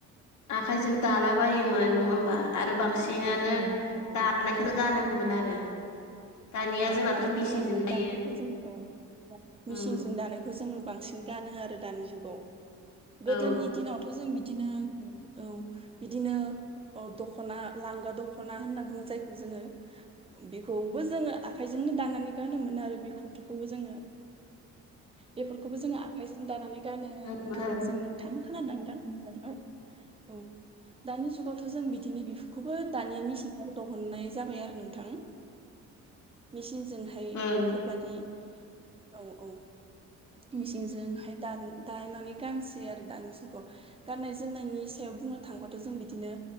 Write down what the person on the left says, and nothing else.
आखाइजों दाला बायोमोन नङा होमबा? आरो बांसिनानो
दानायखौ गानोमोन आरो। दानिया
जोंनाथ'
मेचिनजोंनो
दायो
उम
औ
नोंगौथार
ओं